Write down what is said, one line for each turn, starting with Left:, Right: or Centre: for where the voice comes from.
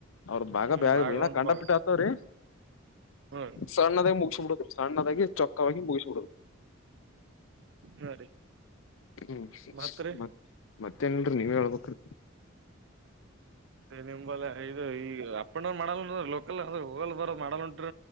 Left: ಅವ್ರ ಬಾಗ
Right: ಹ್ಮ್
Left: ಬ
Right: ಭಾಗ
Left: ಏನ
Right: ಒಂದು
Left: ಕಂಡಾ
Right: ಭಾಗ
Left: ಬಿಟ್ಟ ಆತವ್ರೀ.
Right: ಹ್ಮ್
Left: ಸಣ್ಣದಾಗಿ ಮುಗಿಸಬಿಡುದು ಸಣ್ಣದಾಗಿ ಚೊಕ್ಕವಾಗಿ ಮುಗಿಸ್ಬಿಡುದ್.
Right: ಹಾ ರೀ
Left: ಹ್ಮ್
Right: ಮತ್ರಿ
Left: ಮತ್ ಮತ್ತೇನಿಲ್ರಿ ನೀವ ಹೇಳ್ಬೇಕ್ರೀ.
Right: ಸೇ ನಿಂಬಲ್ಲ ಇದು ಈಗ ಅಪ್ ಅಂಡ್ನ್ ಮಾಡಲ್ಲಂ ಲೋಕಲ್ ಹಲ್ರ ಓಲ ಊಬರ್ ಮಾ ಉಂಟು